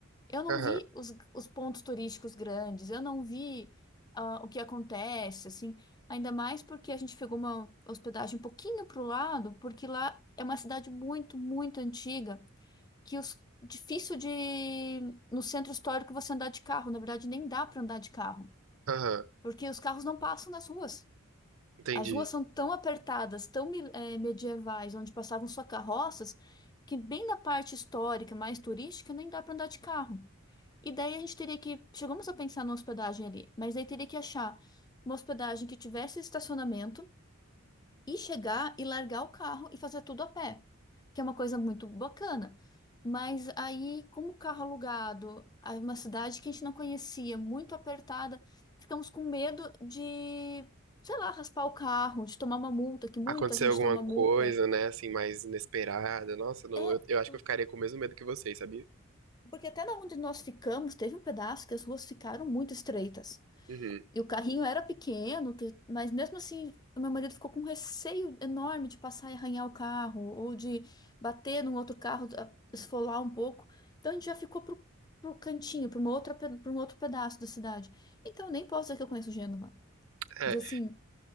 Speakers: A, on the left; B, on the right.
A: Eu não
B: Aham,
A: vi os, os pontos turísticos grandes, eu não vi ah, o que acontece, assim, ainda mais porque a gente pegou uma hospedagem um pouquinho para o lado, porque lá é uma cidade muito, muito antiga, que os, difícil de, no centro histórico você andar de carro, na verdade nem dá para andar de carro,
B: aham,
A: porque os carros não passam nas ruas.
B: entendi.
A: As ruas são tão apertadas, tão mi- eh, medievais, onde passavam só carroças, que bem na parte histórica, mais turística, nem dá para andar de carro. E daí a gente teria que. Chegamos a pensar numa hospedagem ali, mas aí teria que achar uma hospedagem que tivesse estacionamento e chegar e largar o carro e fazer tudo a pé, que é uma coisa muito bacana. Mas aí, como o carro alugado, aí uma cidade que a gente não conhecia, muito apertada, ficamos com medo de, sei lá, raspar o carro, de tomar uma multa, que muita
B: Aconteceu
A: gente
B: alguma
A: toma
B: coisa,
A: multa.
B: né, assim, mais inesperada. Nossa, não,
A: É,
B: eu, eu acho
A: por-
B: que eu ficaria com o mesmo medo que vocês, sabia?
A: porque até na onde nós ficamos, teve um pedaço que as ruas ficaram muito estreitas.
B: Uhum.
A: E o carrinho era pequeno, que- mas mesmo assim, o meu marido ficou com um receio enorme de passar e arranhar o carro, ou de bater num outro carro, a- esfolar um pouco. Então a gente já ficou pro, pro cantinho, para uma outra, para um outro pedaço da cidade. Então eu nem posso dizer que eu conheço Gênova.
B: É,
A: Dizer assim,